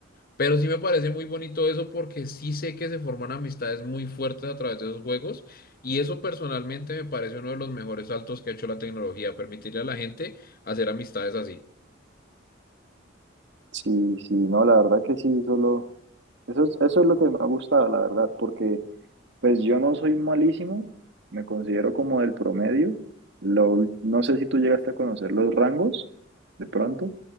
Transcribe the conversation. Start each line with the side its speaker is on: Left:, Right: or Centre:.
Left: Pero sí me parece muy bonito eso porque sí sé que se forman amistades muy fuertes a través de esos juegos. Y eso personalmente me parece uno de los mejores saltos que ha hecho la tecnología, permitirle a la gente hacer amistades así.
Right: Sí, sí, no, la verdad que sí, solo, eso es, eso es lo que me ha gustado, la verdad, porque pues yo no soy malísimo, me considero como del promedio. Lo, ul- no sé si tú llegaste a conocer los rangos, de pronto.